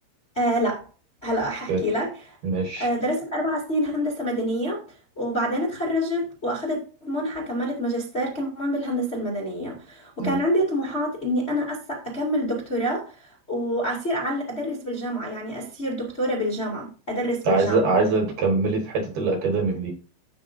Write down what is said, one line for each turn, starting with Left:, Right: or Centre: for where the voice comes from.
Left: أه لا هلا ححكي
Right: أوكي
Left: لك
Right: ماشي
Left: آه، درست أربع سنين هندسة مدنية وبعدين اتخرجت وأخدت منحة كملت ماجستير كمان بالهندسة المدنية وكان
Right: مم.
Left: عندي طموحات إني أنا أسا أكمل دكتوراه وأصير أعل- أدرس بالجامعة يعني أصير دكتورة بالجامعة أدرس بالجامعة
Right: عايزة عايزة تكملي في حتة الأكاديميك دي